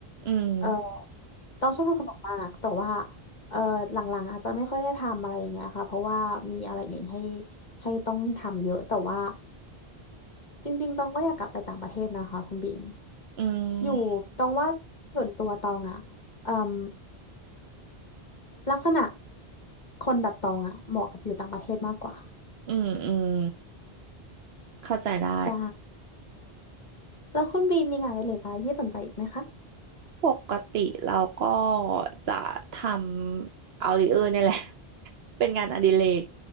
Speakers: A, on the right (about 75°); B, on the left (about 45°).
A: อืม
B: เอ่อต้องชอบทำขนมมากแต่ว่าเอ่อหลังๆอาจจะไม่ค่อยได้ทำอะไรอย่างเงี้ยค่ะเพราะว่ามีอะไรอื่นให้ให้ต้องทำเยอะแต่ว่าจริงๆต้องก็อยากกลับไปต่างประเทศนะคะคุณบีม
A: อื
B: อยู่ตองว่าส่วนตัวตองอะเอ่ม
A: ม
B: ลักษณะคนแบบตองอะเหมาะกับอยู่ต่างประเทศมากกว่า
A: อืมอืมเข้าใจได้
B: ใช่ แล้วคุณบีมมีงานอดิเรกอะไรที่สนใจอีกไหมคะ
A: ปกติเราก็จะทำเอาดิเออร์เนี่ยแหละ <laughs> เป็นงานอดิเรก